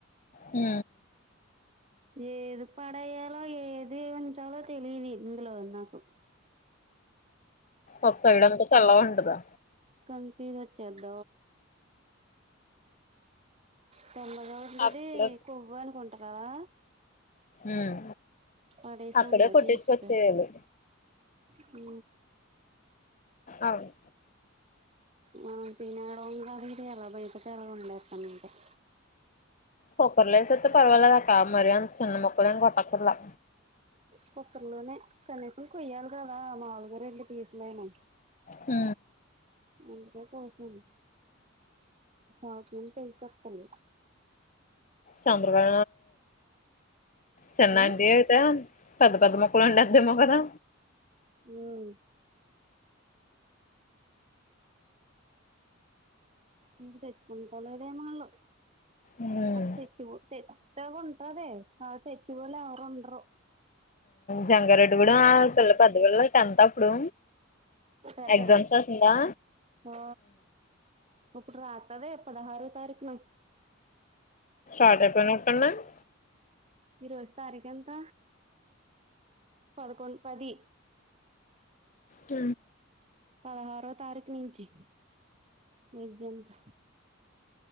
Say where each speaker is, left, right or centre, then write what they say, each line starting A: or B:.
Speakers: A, on the left; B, on the right.
A: ఆ
B: ఏది పడయాలో ఏది వంచాలో తెలిదు ఇందులో వ నాకు
A: ఒక సైడ్ అంతా తెల్ల ఉంటదా
B: కన్ఫ్యూజ్ వచ్చేది తెల్లగా ఉంది
A: అక్కడ
B: ఇది కొవ్వు అనుకుంటారు కదా
A: ఉమ్
B: పడేేశంలో
A: అక్కడే కొట్టించుకొచ్చేయాలి
B: తీసి అ
A: అవును
B: పన్నడవ అది ఎర బేటతేరవ ఉండకనే <unintelligible>
A: కొక్కర్లేసతే పర్వాలదాకా మరింత చిన్న మొక్కలుం కొట్టకుర్లా
B: కుక్కర్లోనే కనీసం కొయ్యాలి కదా మాములుగా రెండు పసులు అయినా
A: అ
B: అందుకే కోసము అా ఎంత హసబ త లే <unintelligible>
A: చంద్రగా చిన్నంటి
B: ఉమ్
A: అయితే పెద్ద పెద్ద మొక్కలు ఉండందేమో కదా
B: హు నువ్వు తెచ్చుకుంటాలో అదేమల్లు
A: ఉమ్
B: అది తెచ్చి అ ఉంట్రదే అ తెచ్చి పోలే ఎవరు ఉండరు
A: జంగారెడ్డి కూడా పిల్ల పెద్ద పిల్ల ఎంత అప్పుడు
B: పెద్దది
A: ఎగ్జామ్స్ వస్తుందా
B: ఓ ఇప్పుడు రాతదే పదహారో తారీఖున
A: పాటా నకున్న <unintelligible>
B: ఈరోోజు తారీఖు ఎంత పదకొండు పది
A: హ
B: పదహారో తారీఖు నుంచి ఎగ్జామ్స్